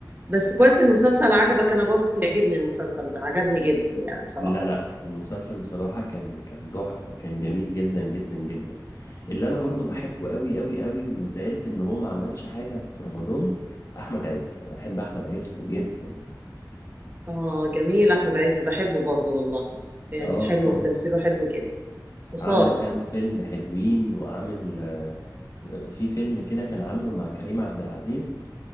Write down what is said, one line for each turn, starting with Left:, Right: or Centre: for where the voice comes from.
Right: بس كويس إن المسلسل عجبك انا برضو بيعجبني المسلسل ده عجبني جدا يعني بصراحة
Left: لا لا المسلسل بصراحة كان كان تحفة كان جميل جدا جدا جدا اللي أنا برضو بحبه قوي قوي قوي وزعلت إن هو ما عملش حاجة في رمضان أحمد عز أنا بحب أحمد عز جدا
Right: اه جميل احمد عز بحبه برضو والله يعني
Left: آه
Right: حلو
Left: آه
Right: وتمثيله حلو جدا وسارة
Left: عمل كام فيلم حلوين وعامل آه، في فيلم كده كان عامله مع كريم عبد العزيز